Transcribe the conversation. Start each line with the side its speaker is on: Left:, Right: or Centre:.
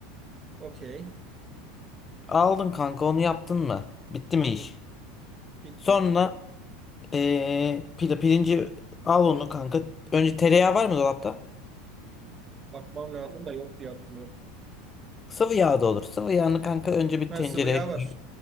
Right: Okey.
Left: Aldın kanka onu yaptın mı? Bitti
Right: Hı
Left: mi
Right: hı.
Left: iş?
Right: Bitti.
Left: Sonra ee, pil- pirinci al onu kanka. Önce tereyağı var mı dolapta?
Right: Bakmam lazım da yok diye hatırlıyorum.
Left: Sıvı yağ da olur. Sıvı yağını kanka önce bir
Right: Ha
Left: tencereye
Right: sıvı yağ
Left: koy.
Right: var.